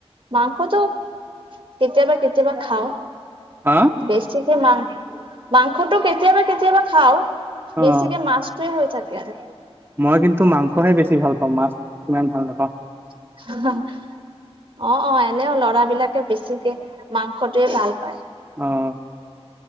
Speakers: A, on the right; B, on the right.
A: মাংসটো কেতিয়াবা কেতিয়াবা খাওঁ।
B: হা!
A: বেছিকে মাং-মাংসটো কেতিয়াবা-কেতিয়াবা খাওঁ, বেছিকে
B: অ
A: মাছ হৈ থাকে আৰু।
B: মই কিন্তু মাংসহে বেছি ভাল পাওঁ, মাছ ইমান ভাল নাপাওঁ।
A: <unintelligible> অহ', অ' এনেইও ল'ৰাবিলাকে বেছিকে মাংসটোৱে ভাল পায়।
B: অহ।